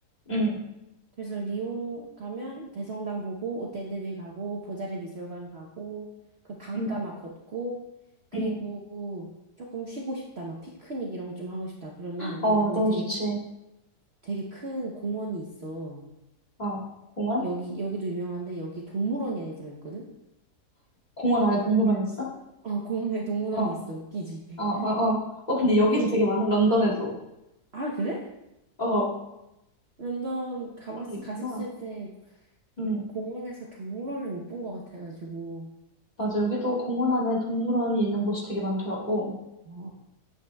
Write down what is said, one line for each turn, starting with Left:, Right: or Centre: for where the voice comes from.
Left: 응,
Right: 그래서 리옹 가면 대성당 보고 오텔드빌 가고 보자르 미술관 가고 그 강가
Left: 응,
Right: 막 걷고 그리고
Left: 응.
Right: 조금 쉬고 싶다 막 피크닉 이런 거 좀 하고 싶다 그러면
Left: 어,
Right: 리옹에
Left: 너무
Right: 되게
Left: 좋지.
Right: 되게 큰 공원이 있어.
Left: 어, 공원?
Right: 여기 여기도 유명한데 여기 동물원이 안에 들어있거든.
Left: 공원 안에 동물원 있어?
Right: 아 공원에 동물원이
Left: 어, 어,
Right: 있어 웃기지. <laughs>
Left: 어, 어. 어, 근데 여기도
Right: 근데
Left: 되게 많아, 런던에도.
Right: 아 그래?
Left: 어,
Right: 런던 가봤,
Left: 그런 게 있구나.
Right: 갔었을 때
Left: 응.
Right: 공원에서 동물원을 못 본 것 같아가지고.
Left: 맞아, 여기도 공원 안에 동물원이 있는 곳이 되게 많더라고.
Right: 아,